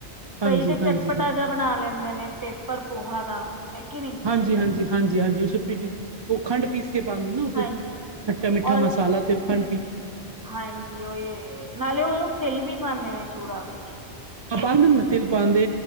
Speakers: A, on the right (about 20°); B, on the right (about 45°).
A: ਕਈ
B: ਹਾਂਜੀ
A: ਤੇ ਚਟਪਟਾ
B: ਹਾਂਜੀ ਹਾਂ
A: ਜਾ ਬਣਾ ਲੈਂਦੇ ਨੇ ਪੇ ਪਰ ਪੋਹਾ ਦਾ ਹੈ ਕੇ ਨੀ
B: ਹਾਂਜੀ-ਹਾਂਜੀ-ਹਾਂਜੀ-ਹਾਂਜੀ ਓ ਪੀ ਓ ਖੰਡ ਪੀਸ ਕੇ ਪਾਂਦੇ ਨਾ ਉਸ
A: ਹਾਂਜੀ
B: ਚ ਖੱਟਾ ਮਿੱਠਾ
A: ਔਰ
B: ਮਸਾਲਾ ਤੇ ਖੰਡ ਪੀ
A: ਹਾਂਜੀ ਓਈ ਏ ਨਾਲੇ ਓ ਲੋਕ ਤਿਲ ਵੀ ਪਾਂਦੇ ਨੇ ਚੂੜਾਂ ਵਿੱਚ
B: ਪਾਂਦੇ ਨਾ ਤਿਲ ਪਾਂਦੇ